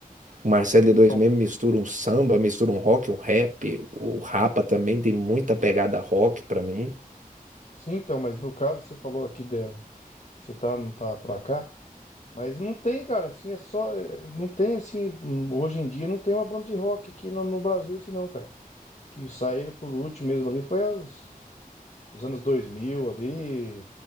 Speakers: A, on the right; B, on the left.
A: O Marcelo D2
B: então,
A: mesmo mistura um samba, mistura um rock, um rap. O Rapa também tem muita pegada rock pra mim.
B: sim, então, mas no caso você falou aqui de, que você tá, não tá para cá. Mas não tem, cara, assim, é só. é, Não tem, assim, hum, hoje em dia não tem uma banda de rock aqui no, no Brasil, assim, não, cara. Que saíram por último mesmo ali foi as, os anos 2000 ali,